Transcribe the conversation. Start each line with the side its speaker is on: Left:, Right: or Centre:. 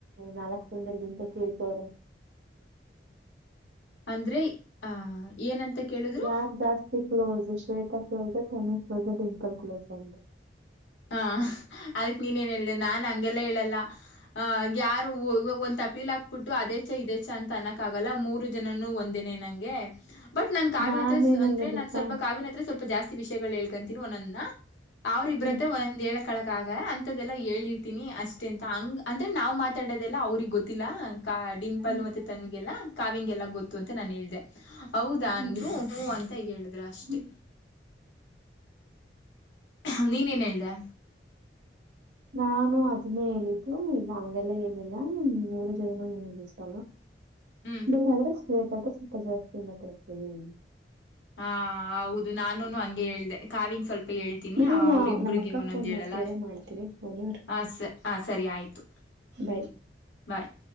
Right: ನಾಲ್ಕ್ ದಿನದಲ್ಲಿ ಹೇಳ್ತಾರೆ
Left: ಅಂದ್ರಿ ಆ ಏನಂತ ಕೇಳಿದ್ರು
Right: ಯಾರ ಜಾಸ್ತಿ close Shweta close Tanu close ಇಂಪಲ್ ಕ್ಲೋ ಆ
Left: ಹ್ಮ ಅದಕ್ ನೀನ್ ನ್ ಹೇಳಿದೆ ನಾನ್ ಹಂಗೆಲ್ಲ ಹೇಳಲ್ಲ ಆ ಯಾರು ಹವಾಗ ಫೀಲ್ ಹಾಕ್ಬಿಟ್ಟು ಅದೇ ಚ ಇದೇ ಚ ಅಂತ ಅನ್ನಕ್ ಆಗಲ್ಲ ಮೂರು ಜನನು ಒಂದೇನೆ ನಂಗೆ ಬಟ್ ನಾನ್ ಕಾವ್ಯ
Right: ನಾನೇನಂದೆ
Left: ಹತ್ರ ಅಂದ್ರೆ
Right: ಗೊತ್ತಾ
Left: ನಾನನ್ ಸ್ವಲ್ಪ ಕಾವ್ಯ ಹತ್ರ ಸ್ವಲ್ಪ ಜಾಸ್ತಿ ವಿಷಯಗಳು ಹೇಳ್ಕೊಂತೀನಿ ಒಂದೂಂದಿನ ಅವ್ರ ಇಬ್ರತ್ರ
Right: ಹ್ಮ್
Left: ಒಂದ್ ಎಳಕ್ ಕಳಗಗ ಅಂತ್ದದೆಲ್ಲಾ ಹೇಳಿರ್ತೀನಿ ಅಷ್ಟೇ ಅಂತ ಹಂಗ ಅಂದ್ರೆ ನಾವ್ ಮಾತಾಡೋದೆಲ್ಲ ಅವ್ರಗ್ ಗೊತ್ತಿಲ್ಲ ಕ ಡಿಂಪಲ್
Right: ಹ್ಮ್
Left: ಮತ್ತೆ ತನುಗೆಲ್ಲ ಕಾವ್ಯಂಗೆಲ್ಲ ಗೊತ್ತು ಅಂತ ನಾನ್ ಹೇಳ್ದೆ ಹೌದಾ
Right: ಹ್ಮ್
Left: ಅಂದ್ರು ಹೂ ಅಂತ ಹೇಳಿದ್ರ ಅಷ್ಟೆ
Right: ಹ್ಮ್
Left: ಹ್ಮ ನೀನ್ ಏನ್ ಹೇಳ್ದೆ
Right: ನಾನು ಅದನ್ನೇ ಹೇಳಿದ್ದು ಇಲ್ಲ ಹಗೆಲ್ಲ ಏನಿಲ್ಲ ಮೂರು ಜನನು ನನಿಗೆ ಇಷ್ಟ
Left: ಹ್ಮ್
Right: ಬಂದಾದ್ರೆ ಶವೇತ ಸ್ವಲ್ಪ ಜಾಸ್ತಿ ಮಾತರ್ತವಿ
Left: ಹಾ ಹೌದು ನಾನೂನು ಹಂಗೆ ಹೇಳ್ದೆ ಕಾವ್ಯಂಗೆ ಸ್ವಲ್ಪ ಹೇಳ್ತಿನನಿ
Right: ಇರು ನಾ
Left: ಅವ್ರಿಬ್ರಿಗೆ
Right: ನಮ್ಮ ಅಕ್ಕ
Left: ಒನೊಂದ್
Right: ಫೋನ್
Left: ಹೇಳಲ್ಲ
Right: ಮಾಡ್ತೀನಿ ಫೋನು ಇರು,
Left: ಹಾ ಸ ಹಾ ಸರಿ ಆಯ್ತು
Right: ಬೈ
Left: ಬಾಯ್